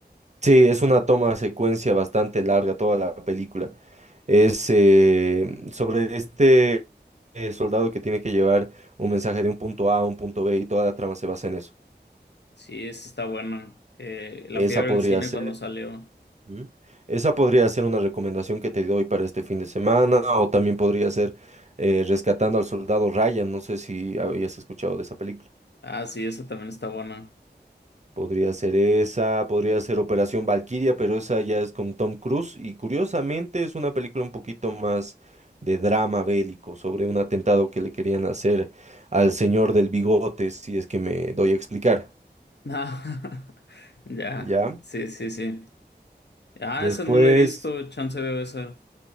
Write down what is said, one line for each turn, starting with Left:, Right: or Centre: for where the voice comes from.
Right: Sí, es una toma secuencia bastante larga toda la película. Es eh, sobre este eh, soldado que tiene que llevar un mensaje de un punto A a un punto B y toda la trama se basa en eso.
Left: Sí, esa está buena. Eh, La
Right: Esa
Left: fui a ver
Right: podría
Left: al cine
Right: ser.
Left: cuando salió.
Right: Ujú. Esa podría ser una recomendación que te doy para este fin de semana, o también podría ser eh, Rescatando al Soldado Ryan, no sé si habías escuchado de esa película.
Left: Ah, sí, esa también está buena.
Right: Podría ser esa, podría ser Operación Valquiria, pero esa ya es con Tom Cruise y curiosamente es una película un poquito más de drama bélico sobre un atentado que le querían hacer al señor del bigote, si es que me doy a explicar,
Left: Ah, <laughs> ya,
Right: ¿ya?
Left: sí, sí, sí. Ah,
Right: Después...
Left: esa no la he visto, chance veo esa.